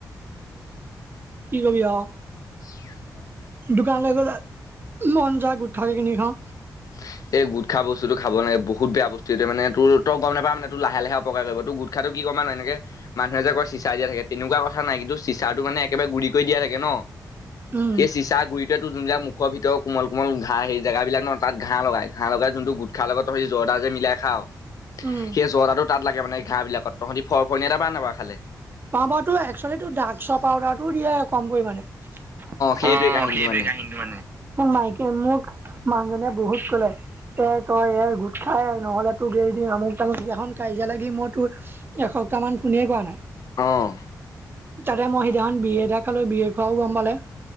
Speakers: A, on the left; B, on the right.
A: <unintelligible>
B: কি কবি আৰু।
A: <unintelligible> <inaudible>
B: দোকানলৈ গ'লে মন যায় গোটঠাকে <unintelligible> কিনি খাওঁ।
A: উহ। এই গুটখা বস্তু খাব‌ নেলাগে বহুত বেয়া বস্তু এইটো মানে তই গম নাপাওঁ মানে তোৰ লাহে লাহে অপকাৰ কৰিব তোৰ গোটখাটো কৰিব। অকমান এনেকে মানুহে যে আক চিচা দিয়া থাকে তেনেকুৱা কথা নাই কিন্তু চিচাৰটো মানে একেবাৰে গুৰি কৰি দিয়া থাকে ন।
B: উম
A: সেই চিচাৰ গুৰিতোত যোনবিলাক মুখৰ ভিতৰ কোমল কোমল ঘাঁহ সেই জেগা বিলাক ন। তাত ঘাঁহ লগাই ঘাঁ লগাই যোনটো গুটখাৰ লগত সি জৰ্দাৰ যে মিলাই খাওঁ।
B: উম
A: সেই জৰ্দাটো তাত লাগে মানে ঘাঁহ বিলাকত তহঁতি ফৰফৰণি এটা পাওঁ নাপাওঁ খালে।
B: পাওঁ বাৰু তো এক্চুৱেলিটো ড্ৰাক্স পাউদাৰ ও দিয়ে কম পৰিমাণে। অ'
A: সেইটোৱে কাহিনীটো
B: সেইটোৱে
A: মানে
B: কাহিনটো মানে মোৰ মাইক মোক। মানোজনিয়ে বহুত ক'লে। এৰ তই এৰ গোটখা নহলে তোক এৰি দিম আমুক তামান সেইখন কাজিয়া লাগি মই তোৰ। সপ্তাহান ফোনএ কৰা নাই।
A: অঁ।
B: তাতে মই সিদিনাখন বিয়েৰ এটা খালোঁ বিএৰ খোৱাও গম পালে।